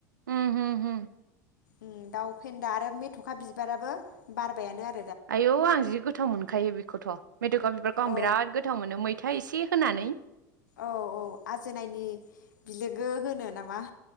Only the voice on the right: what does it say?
उय हम हम।
आयौ आं जि गोथाव मोनखायो बेखौथ'। मेथका बिबारखौ आं
बिराद गोथाव मोनो मैथा इसेह होननानै